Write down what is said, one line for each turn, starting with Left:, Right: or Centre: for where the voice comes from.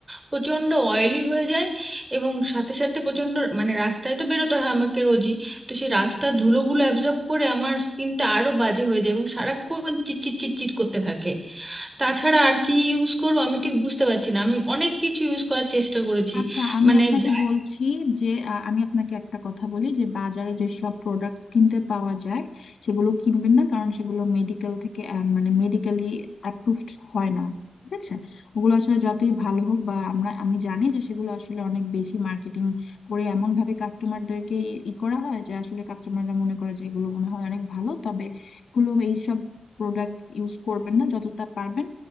Right: প্রচণ্ড অয়েলি হয়ে যায় এবং সাথে সাথে প্রচণ্ড মানে রাস্তায় তো বেরোতে হয় আমাকে রোজই তো সেই রাস্তার ধুলোগুলো অ্যাবজর্ব করে আমার স্কিনটা আরও বাজে হয়ে যায় এবং সারাক্ষণ চিটচিট চিটচিট করতে থাকে তাছাড়া আর কি ইউজ করবো আমি ঠিক বুঝতে পারছি না আমি অনেক কিছু ইউজ করার চেষ্টা করেছি
Left: আচ্ছা আমি
Right: মানে
Left: আপনাকে
Right: যাই-
Left: বলছি যে আ, আমি আপনাকে একটা কথা বলি যে বাজারে যেসব প্রোডাক্টস কিনতে পাওয়া যায় সেগুলো কিনবেন না কারণ সেগুলো মেডিকেল থেকে আ, মানে মেডিকেলি অ্যাপ্রুভড হয় না ঠিক আছে ওগুলো আসলে যতই ভালো হোক বা আমরা আমি জানি যে সেগুলো আসলে অনেক বেশি মার্কেটিং করে এমন ভাবে কাস্টমারদেরকে ই করা হয় যে আসলে কাস্টমাররা মনে করে যে এগুলো মনে হয় অনেক ভালো তবে এগুলো এইসব প্রোডাক্টস ইউজ করবেন না যতটা পারবেন